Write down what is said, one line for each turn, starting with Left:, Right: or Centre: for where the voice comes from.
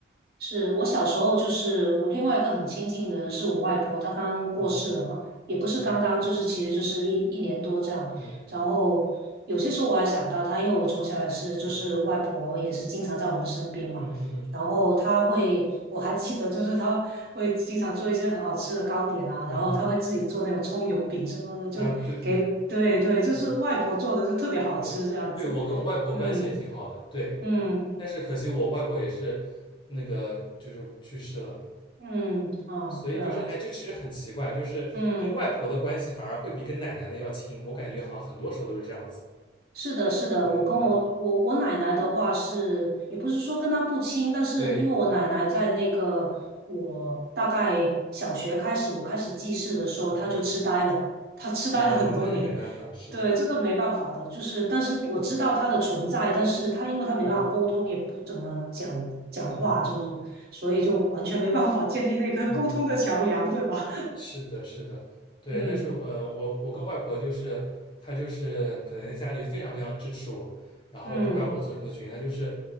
Right: 是我小时候，就是我另外一个很亲近的人是我外婆，她刚刚过世了嘛，
Left: 嗯
Right: 也不是刚刚，
Left: 嗯
Right: 就是其实就是一一年多这样。
Left: 嗯
Right: 然后有些时候我还想到她，因为我从小也是，就是外婆也是经常在我们身边嘛。
Left: 嗯嗯嗯嗯
Right: 然后她会，我还记得，就是她会经常做一些很好吃的糕点啊，然后她会自己做那种葱油饼什么的，
Left: 嗯嗯，
Right: 就给，
Left: 嗯啊，对对对，
Right: 对对，就是外婆做的就特别好吃这样子。
Left: 嗯对对，我跟我外婆关系也挺好的，
Right: 嗯
Left: 对，
Right: 嗯
Left: 但是可惜我外婆也是那个就是去世了，
Right: 嗯，啊，
Left: 所以就是哎，
Right: 对啊，
Left: 就其实很奇怪，就是跟外婆的关系反而会比跟奶奶的要亲，
Right: 嗯。
Left: 我感觉好像很多时候都是这样子。
Right: 是的，是的，
Left: 嗯。
Right: 我跟我我我奶奶的话是，也不是说跟她不亲，但是因为我奶奶在那个我大概小学开始，
Left: 对，
Right: 我开始记事的时候，
Left: 嗯嗯，
Right: 她就痴呆了，她痴呆了很多年。
Left: 哦，那你没办法，是的，
Right: 对，这个没办法的，就是但是我知道她的存在，
Left: 对，
Right: 但是她因为她没办法沟通，
Left: 嗯
Right: 也不怎么讲讲话，
Left: 嗯嗯
Right: 就是所以就完全没办法建立那个沟通的桥梁，
Left: 嗯嗯，
Right: 对吧？
Left: 是的，是的，对，
Right: <laughs> 嗯
Left: 但是呃，我我跟外婆就是，她就是可能家里非常非常支持我，然后不管我做什么决定，
Right: 嗯，
Left: 她就是